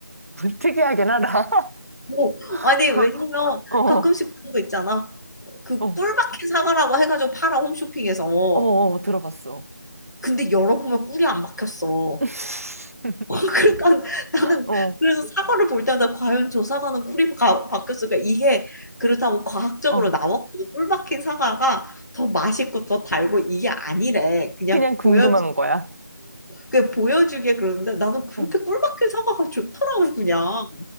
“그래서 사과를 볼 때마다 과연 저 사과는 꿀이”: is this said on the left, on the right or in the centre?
Left